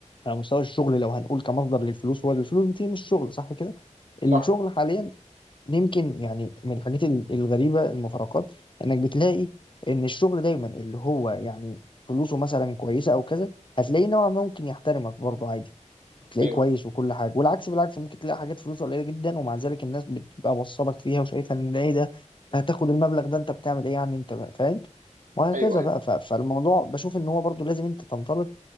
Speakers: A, on the left; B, on the right.
A: على مستوى الشغل لو هنقول كمصدر للفلوس هو الفلوس بتيجي من الشغل صح كده
B: صح
A: الشغل حاليا يمكن يعني من الحاجات ال- الغريبه المفارقات انك بتلاقي ان الشغل دايما اللي هو يعني فلوسه مثلا كويسه او كذا هتلاقيه نوعا ما ممكن يحترمك برضه عادي تلاقيه
B: ايوه
A: كويس وكل حاجه والعكس بالعكس ممكن تلاقي حاجات فلوسه قليله جدا ومع ذلك الناس بتبقى موصلك فيها وشايفه ان ايه ده أنت هتاخد المبلغ ده انت بتعمل ايه يعني انت بقى فاهم وهكذا
B: ايوه ايوه
A: بقى ف- فالموضوع بشوف ان هو برضو لازم انت تنطلق